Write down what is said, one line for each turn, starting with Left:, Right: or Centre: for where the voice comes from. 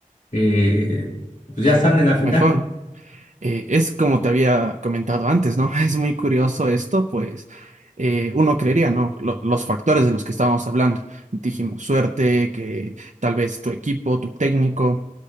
Left: eh, pues ya están en la final.
Right: Mejor. Eh, es como te había comentado antes, ¿no? <laughs> Es muy curioso esto, pues eh, uno creería, ¿no? Lo- los factores de los que estábamos hablando. Dijimos suerte, que tal vez tu equipo, tu técnico.